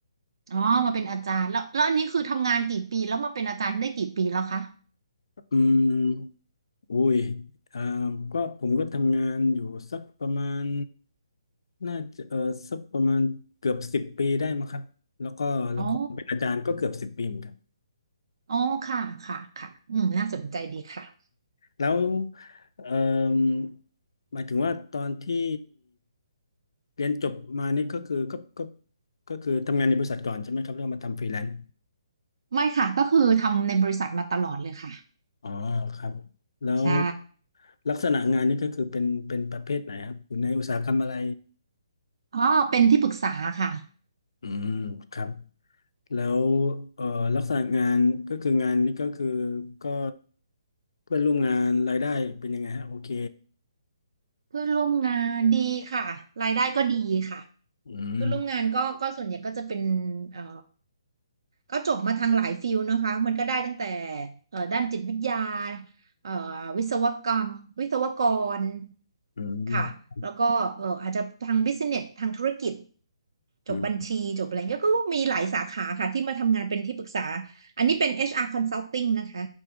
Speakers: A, on the right; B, on the left.
A: อ๋อมาเป็นอาจารย์แล้วแล้วอันนี้คือทำงานกี่ปีแล้วมาเป็นอาจารย์ได้กี่ปีแล้วคะ
B: อืมอุ้ยอ่าก็ผมก็ทำงานอยู่สักประมาณน่าจะเออสักประมาณเกือบสิบปีได้มั้งครับแล้วก็แล้วก็เป็นอาจารย์ก็เกือบสิบปีเหมือนกัน
A: อ๋ออ๋อค่ะค่ะค่ะอืมน่าสนใจดีค่ะ
B: แล้วเอ่มหมายถึงว่าตอนที่เรียนจบมานี่ก็คือก็ก็ก็คือทำงานในบริษัทก่อนใช่ไหมครับแล้วมาทำฟรีแลนซ์
A: ไม่ค่ะก็คือทำในบริษัทมาตลอดเลยค่ะ
B: อ๋อครับแล้ว
A: ใช่
B: ลักษณะงานนี่ก็คือเป็นเป็นประเภทไหนครับอยู่ในอุตสาหกรรมอะไร
A: อ๋อเป็นที่ปรึกษาค่ะ
B: อืมครับแล้วเอ่อลักษณะงานก็คืองานนี่ก็คือก็เพื่อนร่วมงานรายได้เป็นยังไงฮะโอเค
A: เพื่อนร่วมงานดีค่ะรายได้ก็ดีค่ะ
B: อืม
A: เพื่อนร่วมงานก็ก็ส่วนใหญ่ก็จะเป็นเอ่อก็จบมาทางหลายฟิลนะคะมันก็ได้ตั้งแต่เอ่อด้านจิตวิทยาเอ่อวิศวกรรมวิศวกร
B: อืม
A: ค่ะ แล้วก็เอ่ออาจจะทางบิสเนสทางธุรกิจ
B: อืม
A: จบบัญชีจบอะไรเงี้ยก็มีหลายสาขาค่ะที่มาทำงานเป็นที่ปรึกษา อันนี้เป็น HR Consulting นะคะ